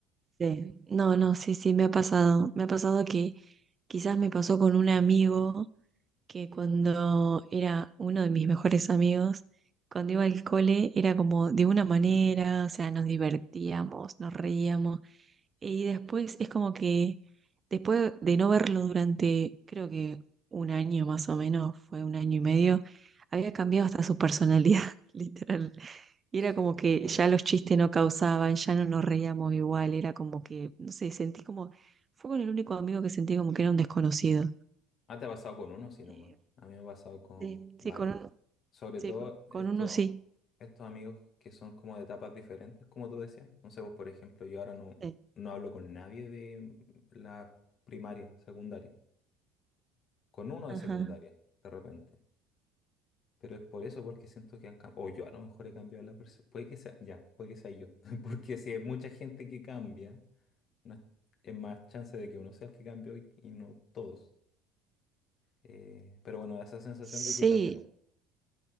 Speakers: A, on the right; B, on the left.
A: sí. No, no, sí, sí, me ha pasado. Me ha pasado que quizás me pasó con un amigo que cuando era uno de mis mejores amigos, cuando iba al cole era como de una manera, o sea, nos divertíamos, nos reíamos. Y después es como que, después de no verlo durante, creo que un año más o menos, fue un año y medio, había cambiado hasta su personalidad, <laughs> literal. Y
B: Sí,
A: era como que
B: se pasa.
A: ya los chistes no causaban, ya no nos reíamos igual, era como que, no sé, sentí como, fue con el único amigo que sentí como que era un desconocido.
B: Ah, te ha pasado con uno, sí, nomás.
A: Eh,
B: A mí me ha pasado con
A: sí, sí,
B: varios.
A: con uno,
B: Sobre
A: sí,
B: todo
A: con,
B: esto-
A: con uno sí.
B: estos amigos que son como de etapas diferentes, como tú decías. No sé, pues, por ejemplo, yo ahora no,
A: sí.
B: no hablo con nadie de la primaria, secundaria. Con uno
A: Ajá.
B: de secundaria, de repente. Pero es por eso, porque siento que han cambiado. O yo a lo mejor he cambiado la persona. Puede que sea, ya, puede que sea yo. <laughs> Porque si hay mucha gente que cambia, no es, es más chance de que uno sea el que cambió y, y no todos. Eh, pero bueno, da esa sensación
A: Sí,
B: de que cambiaron.